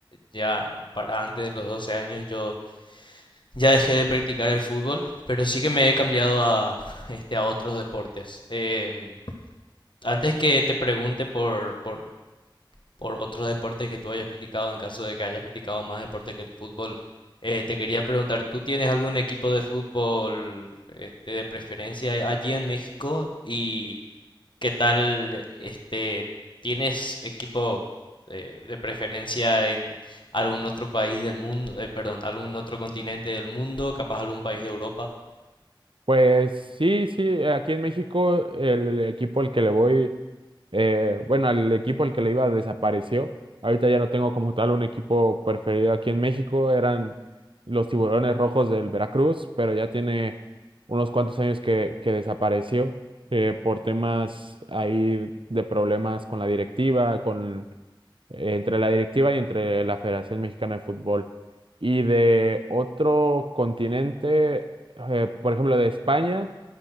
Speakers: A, on the left (about 65°); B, on the right (about 80°).
A: ya para antes de los 12 años yo ya dejé de practicar el fútbol, pero sí que me he cambiado a, <laughs> este, a otros deportes. Em, antes que te pregunte por, por por otros deportes que tú hayas practicado, en caso de que hayas practicado más deporte que el fútbol. Eh, te quería preguntar, ¿tú tienes algún equipo de fútbol este, de preferencia allí en México? ¿Y qué tal, este, tienes equipo eh, de preferencia en algún otro país del mundo, eh, perdón, algún otro continente del mundo, capaz algún país de Europa?
B: Pues sí, sí, eh, aquí en México el equipo al que le voy, eh, bueno, el equipo al que le iba desapareció. Ahorita ya no tengo como tal un equipo preferido aquí en México, eran los Tiburones Rojos del Veracruz, pero ya tiene unos cuantos años que, que desapareció eh, por temas ahí de problemas con la directiva, con, entre la directiva y entre la Federación Mexicana de Fútbol y de otro continente, eh, por ejemplo, de España,